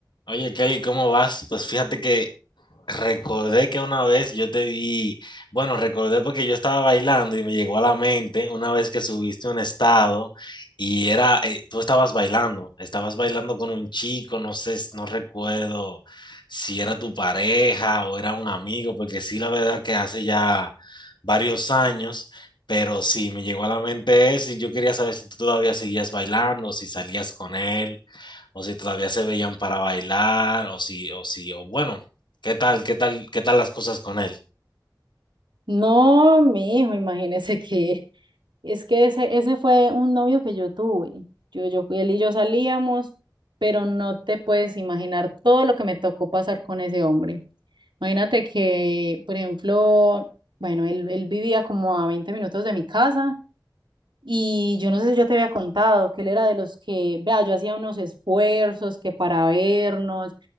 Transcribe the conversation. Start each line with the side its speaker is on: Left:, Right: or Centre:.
Left: Oye, Kelly, ¿cómo vas? Pues fíjate que recordé que una vez yo te vi, bueno, recordé porque yo estaba bailando y me llegó a la mente una vez que subiste un estado y era, eh, tú estabas bailando, estabas bailando con un chico, no sé, no recuerdo si era tu pareja o era un amigo, porque sí, la verdad que hace ya varios años, pero sí, me llegó a la mente eso y yo quería saber si tú todavía seguías bailando, si salías con él o si todavía se veían para bailar, o si, o si, o bueno, ¿qué tal, qué tal, qué tal las cosas con él?
Right: No, mi hijo, imagínese que es que ese, ese fue un novio que yo tuve. Yo, yo, él y yo salíamos, pero no te puedes imaginar todo lo que me tocó pasar con ese hombre. Imagínate que, por ejemplo, bueno, él, él vivía como a 20 minutos de mi casa y yo no sé si yo te había contado que él era de los que, vea, yo hacía unos esfuerzos que para vernos,